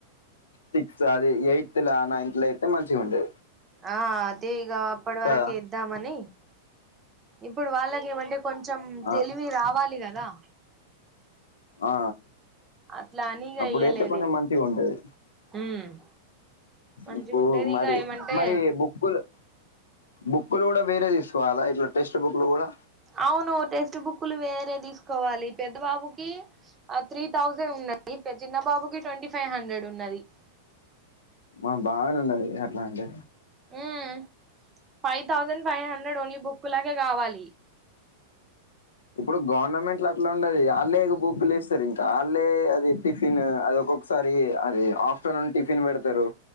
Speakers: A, on the left; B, on the right.
A: సిక్స్ అది ఎయిత్ ల నైన్త్ ల ఏతే మంచిగా ఉంటది
B: ఆ అదేగ అప్పటి వరకే
A: కదా
B: ఎద్దామని ఇప్పుడు వాళ్ళకేమంటే కొంచెం
A: ఆ
B: తెలివి రావాలి కదా
A: ఆ
B: అట్లా అని ఇగ
A: అప్పుడేతే
B: ఎయ్యలేదు
A: కొంచెం మంచిగా ఉంటది
B: ఉమ్ మంచిగా
A: ఇపుడు
B: ఉంటది
A: మరి
B: ఇక ఏమంటే
A: మరి బుక్ బుక్ లు బుక్కులు కూడా వేరే తీసుకోవాలా ఇట్లా టెక్స్ట్ బుక్ లు కూడా
B: అవును టెక్స్ట్ బుక్కులు వేరే తీసుకోవాలి పెద్ద బాబుకి ఆ త్రీ థౌజండ్ ఉన్నది పె చిన్నబాబుకిి ట్వంటీ ఫైవ్ హండ్రెడ్ ఉన్నది
A: ఆ బాగానే ఉన్నది అట్లా అంటే
B: ఉం five thousand five hundred only బుక్కులకే కావాలి
A: ఇప్పుడు గవర్నమెంట్ల అట్లా ఉండది వాళ్ళే బుక్లులిస్తారు ఇంకా వాళ్ళ అది టిఫిన్ అది ఒక ఒక్సారి అది ఆఫ్టర్నూన్ టిఫిన్ వెడ్తరు